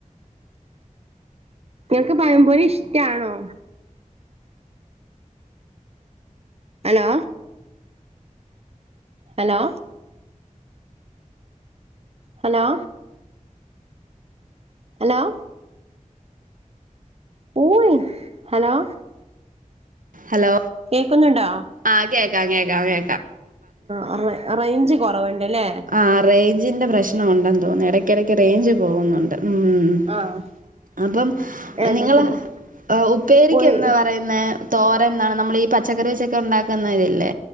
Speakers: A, on the right; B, on the right.
A: ഇങ്ങൾക്ക് പയം പൊരി ഇഷ്ടാണോ? ഹലോ ഹലോ ഹലോ ഹലോ ഓയി ഹലോ
B: ഹലോ
A: കേക്കുന്നുണ്ടോ
B: ആഹ് കേക്കാം കേക്കാം കേ
A: ആഹ് റെ റേയ്ഞ്ച് കൊറവ്ണ്ട് ലേ.
B: ആഹ് റേയ്ഞ്ചിൻ്റെ പ്രശ്നം ഉണ്ടെന്ന് തോന്നുന്നു. എടയ്ക്കിടയ്ക്ക് റേയ്ഞ്ച് പോകുന്നുണ്ട്. ഉം
A: ആഹ്.
B: അപ്പം
A: എന്തൊക്കെപ്പ
B: നിങ്ങള് ഏഹ് ഉപ്പേരിക്ക്
A: പോയി
B: എന്താ പറയുന്നേ തോരൻ ന്നാണ് നമ്മളീ പച്ചക്കറി വെച്ചൊക്കെ ഉണ്ടാക്കുന്ന ഇതില്ലേ.